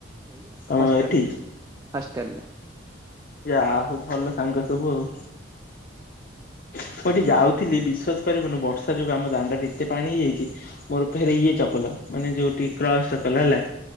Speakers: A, on the right (about 20°); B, on the left (about 45°).
A: ଏଇ
B: ତମ
A: ହଷ୍ଟେଲ
B: ଏଠି?
A: ହଷ୍ଟେଲ ରେ।
B: ଯାହାଉ ହଉ ଭଲ ସାଙ୍ଗ ସବୁ ଆଉ। ମୁଁ ଏଠି ଯାଉଥିଲି ବିଶ୍ଵାସ କରିବୁନୁ ବର୍ଷା ଯୋଗୁଁ ଆମ ଦାଣ୍ଡ ରେ ଏତେ ପାଣି ହେଇଯାଇଛି ମୋର ଫେହରେ ଇଏ ଚପ ମାନେ ଯୋଉଠି କ୍ରସ ଚକଲ